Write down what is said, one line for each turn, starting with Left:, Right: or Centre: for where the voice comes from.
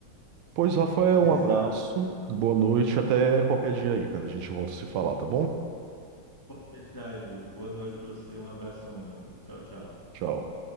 Right: Pois, Rafael,
Left: <laughs> Exato.
Right: um abraço, boa noite, até qualquer dia aí, cara. A gente volta a se falar, tá bom?
Left: Pode deixar, Edu. Boa noite para você. Um abração, meu amigo. Tchau, tchau.
Right: Tchau.